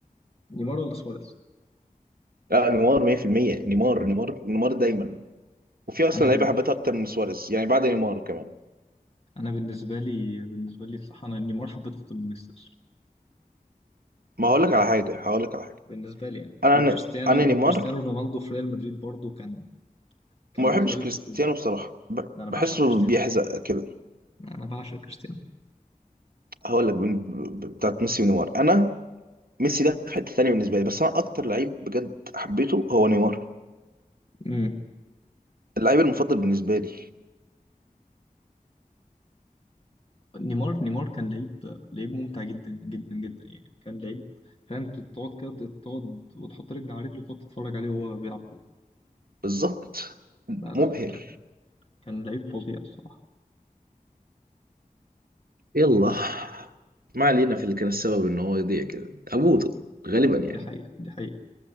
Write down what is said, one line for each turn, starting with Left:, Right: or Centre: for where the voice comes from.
Left: نيمار ولا سواريز
Right: لا نيمار 100% نيمار نيمار نيمار دايما وفي اصلا
Left: انا
Right: لعيبه
Left: بن...
Right: حبيتها اكتر من سواريز يعني بعد نيمار كمان
Left: انا بالنسبه لي بالنسبه لي بصراحه انا نيمار حبيته اكتر من ميسي اصلا
Right: ما هقول لك على حاجه هقول لك على حاجه
Left: بالنسبه لي يعني
Right: انا
Left: وكريستيانو
Right: انا أنا نيمار
Left: وكريستيانو رونالدو في ريال مدريد برضو كان كان
Right: ما
Left: بالنسبه
Right: بحبش
Left: لي
Right: كريستيانو
Left: اسطوره
Right: بصراحه ب-
Left: ده انا
Right: بحسه
Left: بعشق كريستيانو
Right: بيحزق كده
Left: انا بعشق كريستيانو
Right: هقول لك بين- ب- بتاعت ميسي ونيمار انا ميسي ده في حته ثانيه بالنسبه لي بس انا اكتر لعيب بجد حبيته هو نيمار
Left: امم
Right: اللعيب المفضل بالنسبه لي
Left: نيمار نيمار كان لعيب لعيب ممتع جدا جدا جدا يعني كان لعيب فاهم تقعد كده تقعد وتحط رجل على رجل وتقعد تتفرج عليه وهو بيلعب كوره
Right: بالظبط
Left: لا لا
Right: مبهر
Left: لا كان كان لعيب فظيع الصراحه
Right: يلا ما علينا في اللي كان السبب ان هو يضيع كده ابوه غالبا
Left: دي
Right: يعني
Left: حقيقه دي حقيقه